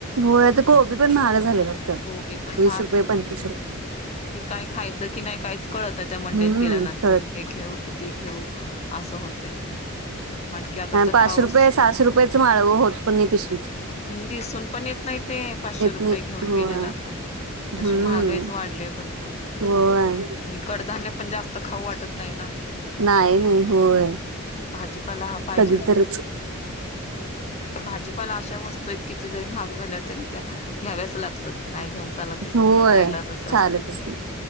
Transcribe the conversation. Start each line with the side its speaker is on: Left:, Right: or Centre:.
Right: होय आता
Left: म्हणजे
Right: कोबी पण महाग झाले वाटतं
Left: कोबी पण
Right: वीस
Left: महाग
Right: रुपये पंचवीस रुप
Left: होय की काय खायचं की नाही काहीच कळत नाही त्या मंडीत
Right: हम्म
Left: गेल्यानंतर
Right: कळत
Left: हे घेऊ कि ते घेऊ असं होतंय. आणखी आता
Right: अन
Left: तर
Right: पाचशे
Left: पाऊस
Right: रुपये सहाशे रुपयेच माळव होत पण नाही पिशवीत.
Left: अन दिसून पण येत नाही ते पाचशे रुपये
Right: नाही
Left: घेऊन
Right: होय.
Left: गेलेले आपण तशी
Right: हम्म
Left: महागाईच वा ढले भरपूर
Right: होय
Left: आणि कडधान्य पण जास्त खाऊ वाटत नाही ना.
Right: नाही नाही होय.
Left: भाजीपाला हा पाहिजेच
Right: कधी तरच
Left: की होय. भाजीपाला अशा वस्तू आहेत किती जरी महाग झाला तरी त्या घ्याव्याच लागतात नाही घेऊन चालतच
Right: होय
Left: नाही नाईलाजच असतोय
Right: चालतच नाही.